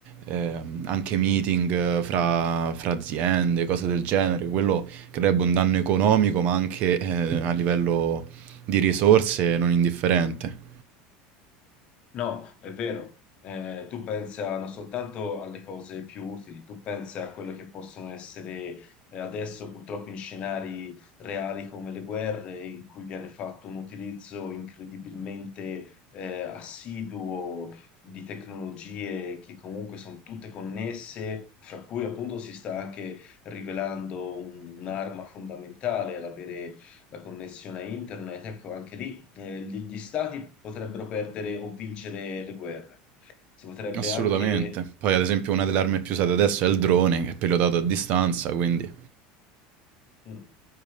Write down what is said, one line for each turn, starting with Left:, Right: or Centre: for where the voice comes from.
Right: ehm, anche meeting eh, fra, fra aziende, cose del genere. Quello creerebbe un danno economico, ma anche eh, a livello di risorse non indifferente.
Left: No, è vero. Eh, tu pensa non soltanto alle cose più utili, tu pensa a quelle che possono essere eh, adesso purtroppo in scenari reali come le guerre, in cui viene fatto un utilizzo incredibilmente eh, assiduo di tecnologie che comunque sono tutte connesse, fra cui appunto si sta anche rivelando un- un'arma fondamentale l'avere la connessione a internet, ecco, anche lì eh, gli, gli stati potrebbero perdere o vincere le guerre. Si potrebbe
Right: Assolutamente.
Left: anche
Right: Poi, ad esempio, una delle armi più usate adesso è il drone, che è pilotato a distanza, quindi...
Left: Mm.